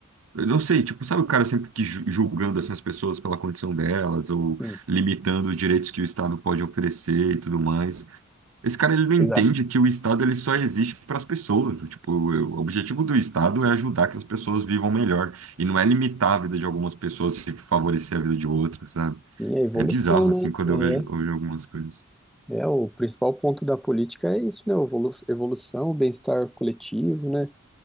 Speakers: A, on the right (about 80°); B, in the centre.
A: Eu não sei, tipo, sabe o cara sempre que ju- julgando assim, as pessoas pela condição delas, ou
B: Sim,
A: limitando os direitos que o Estado pode oferecer e tudo mais. Esse cara ele não
B: exato.
A: entende que o Estado ele só existe para as pessoas. Tipo, o o objetivo do Estado é ajudar que as pessoas vivam melhor e não é limitar a vida de algumas pessoas e favorecer a vida de outras, sabe?
B: E a evolução,
A: É bizarro assim
B: né?
A: quando
B: É,
A: eu vejo, eu vejo algumas coisas.
B: É, o principal ponto da política é isso, né? Evolu- Evolução, bem-estar coletivo, né?